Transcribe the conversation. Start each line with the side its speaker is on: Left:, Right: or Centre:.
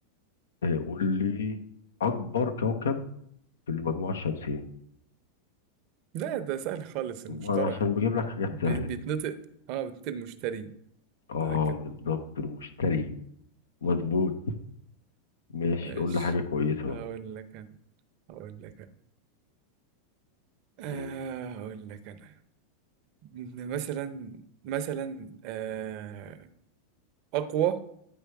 Left: آه، قول لي أكبر كوكب في المجموعة الشمسية
Right: لا ده سهل خالص المشترى
Left: ما أنا عشان
Right: يا عم
Left: بجيب لك حاجات
Right: بي-
Left: سهلة
Right: بيتنطق
Left: يعني.
Right: اه بيتنطق المشتري
Left: آه
Right: بيتنطق كده
Left: بالظبط المشتري مظبوط ماشي
Right: ماشي
Left: قول لي حاجة كويسة
Right: هقول
Left: بقى
Right: لك انا هقول لك انا آه
Left: مم.
Right: هقول لك انا إن مثلا مثلا آه اقوى